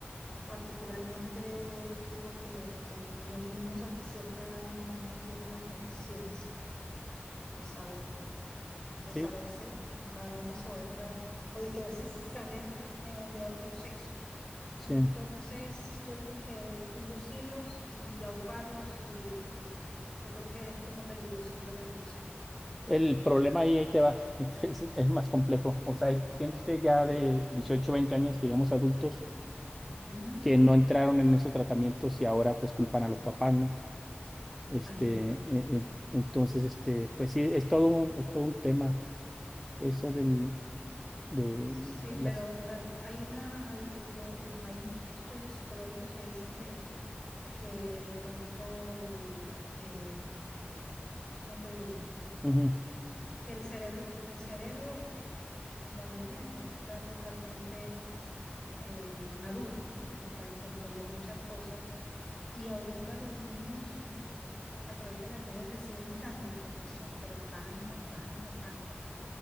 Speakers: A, on the left; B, in the centre.
A: particularmente digo que, que los niños hasta cierta edad no, no tienen la conciencia de saber, de
B: sí,
A: saberse varones o hembras, o de quererse saber eh, de otro sexo.
B: sí.
A: Entonces, yo digo que inducirlos y auparlos y Yo creo que es como peligrosito la cosa.
B: El problema ahí, ahí te va, <laughs> es, es más complejo. O sea, hay gente ya de 18, 20 años, digamos adultos,
A: Ujú,
B: que no entraron en esos tratamientos y ahora pues culpan a los papás, ¿no? Este,
A: Imagínate.
B: eh, eh, entonces, este, pues sí, es todo un, es todo un tema, eso del, de
A: Sí, pero
B: las...
A: va- hay una, hay, eh, de- mm, hay estudios psicológicos que dicen que, que de pronto, eh, ¿cómo te digo?
B: Ujú.
A: Que el cerebro, el cerebro en la niñez no está totalmente eh, maduro como para comprender muchas cosas. Y ahorita los niños a través de las redes reciben tanta información, pero tanta, tanta, tanta,